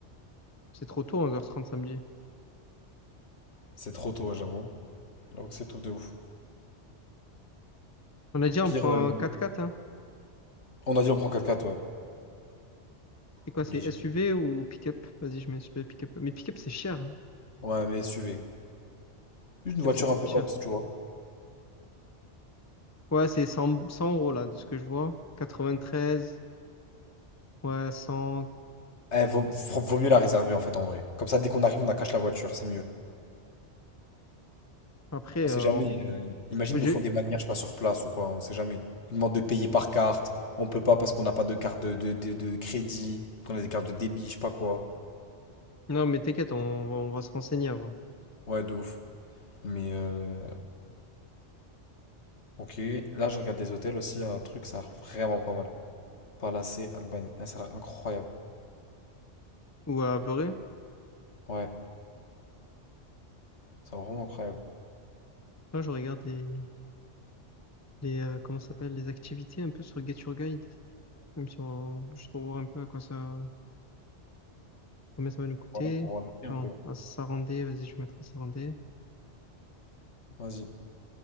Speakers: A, on the left (about 15°); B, on the left (about 70°).
A: C'est trop tôt, onze heures trente samedi.
B: C'est trop tôt, ouais, j'avoue. J'avoue que c'est tout de ouf.
A: On a dit on
B: Pire,
A: prend
B: euh,
A: un quatre. x hein.
B: on a dit on prend 4 x ouais.
A: C'est quoi,
B: Obligé.
A: c'est SUV ou pick-up? Vas-y, je mets SUV, pick-up. Mais pick-up, c'est cher. hein.
B: Ouais, mais SUV. Juste une
A: Pick-up,
B: voiture
A: c'est grave
B: un peu
A: cher.
B: haute, tu vois.
A: Ouais, c'est cent cent euros, là, de ce que je vois. Quatre-vingt-treize. ouais, 100.
B: Eh, vaut, faut- vaut mieux la réserver, en fait, en vrai. Comme ça, dès qu'on arrive, on cache la voiture, c'est mieux.
A: Après,
B: On sait
A: euh,
B: jamais.
A: on-
B: euh, imagine,
A: je-
B: ils nous font des manières, je sais pas, sur place ou quoi, on sait jamais. Ils demandent de payer par carte. On peut pas parce qu'on n'a pas de carte de, de, de, de crédit, qu'on a des cartes de débit, je sais pas quoi.
A: non, mais t'inquiète, on, on va se renseigner avant.
B: Ouais, de ouf. Mais euh, Ok, là je regarde des hôtels aussi, un truc, ça a l'air vraiment pas mal. Palacé, Albanie, Ah, ça a l'air incroyable.
A: Ou à Vloré.
B: Ouais, ça a l'air vraiment incroyable.
A: Là, je regarde les, les euh, comment ça s'appelle, les activités un peu sur Get Your Guide. Même si on, juste pour voir un peu à quoi ça Combien ça va nous coûter?
B: Ouais, pour le prix un
A: Non,
B: peu.
A: à Sarandé, vas-y, je vais mettre à Sarandé.
B: Vas-y,